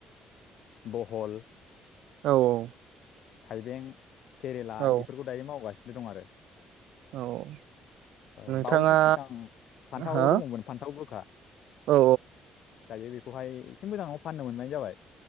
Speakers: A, on the left; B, on the right.
A: बहल
B: औ
A: थाइबें केरेला
B: औ
A: इफोरखौ दायो मावगासिनो दं आरो।
B: औ
A: औ
B: नोंथाङा
A: बावैसो सिगां फान्थाव
B: हो
A: दङमोन फान्थाव गोखा।
B: औ
A: दायो बेखौहाय एसे मोजाङाव फाननो मोननाय जाबाय।